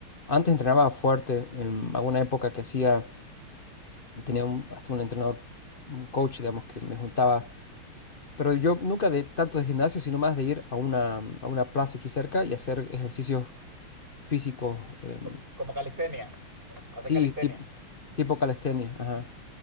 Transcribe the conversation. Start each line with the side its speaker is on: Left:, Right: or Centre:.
Left: Antes entrenaba fuerte. En alguna época que hacía, tenía un- hasta un entrenador, un coach, digamos, que me juntaba. Pero yo nunca de tanto de gimnasio, sino más de ir a una, a una plaza aquí cerca y hacer ejercicios físicos. em,
Right: Co- Como calistenia, hacer
Left: sí,
Right: calistenia.
Left: tip- tipo calistenia. Ajá.